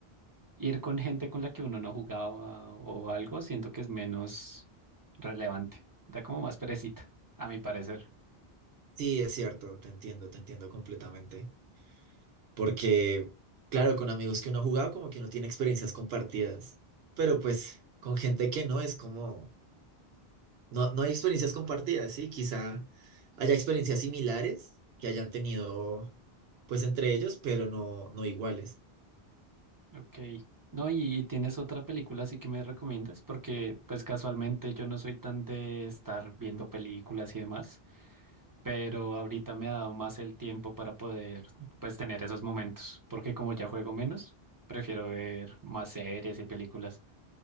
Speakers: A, on the right (about 25°); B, on the right (about 80°).
A: Ir con gente con la que uno no jugaba o algo, siento que es menos relevante. Da como más perecita, a mi parecer.
B: sí, es cierto, te entiendo, te entiendo completamente. Porque, claro, con amigos que uno ha jugado, como que uno tiene experiencias compartidas, pero pues con gente que no es como, no, no hay experiencias compartidas, ¿sí? Quizá haya experiencias similares que hayan tenido, pues, entre ellos, pero no, no iguales.
A: Ok. No, y, y tienes otra película así que me recomiendas, porque pues casualmente yo no soy tan de estar viendo películas y demás, pero ahorita me ha dado más el tiempo para poder pues tener esos momentos, porque como ya juego menos, prefiero ver más series y películas.